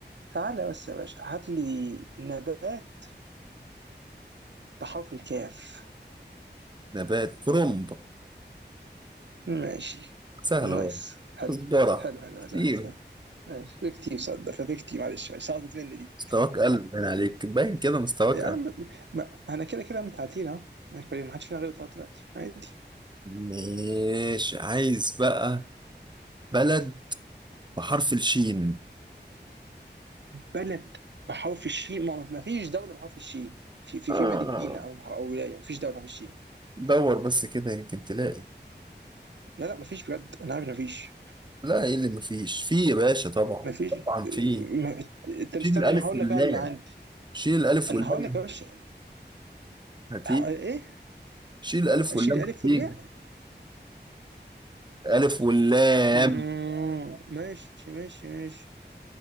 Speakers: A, on the right (about 75°); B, on the right (about 25°).
A: تعالى بس يا باشا هات لي نبات بحرف الكاف
B: نبات كرنب
A: ماشي
B: سهل
A: نايس
B: اهو
A: حلو
B: كزبرة
A: حلو حلو
B: كتير
A: سهل سهل ماشي في كتير صدق ففي كتير معلش سقطت مني دي
B: مستواك قلب باين عليك باين كده مستواك
A: <laughs> يا
B: قلب
A: عم ما انا كده كده متعادلين اهو يعني كل- ما حدش فينا غير يطلع دلوقتي عادي
B: ماشي عايز بقى بلد بحرف الشين
A: بلد بحرف الشين ما ما فيش دولة بحرف الشين في في
B: آه.
A: في مدينة أو أو ولاية ما فيش دولة بحرف الشين
B: دور بس كده يمكن تلاقي
A: لا لا ما فيش بجد أنا عارف إن ما فيش
B: لا ايه اللي مفيش في يا باشا طبعا
A: ما فيش
B: طبعا في
A: آه، ما- أنت
B: شيل
A: مستني
B: الالف
A: أنا هقول
B: واللام
A: لك أنا اللي عندي
B: شيل الالف
A: أنا
B: واللام
A: هقول لك يا باشا
B: هتيجي
A: ه- إيه
B: شيل الألف
A: أشيل
B: واللام
A: الألف
B: هتيجي
A: والياء
B: ألف واللام
A: مم، ماشي ماشي ماشي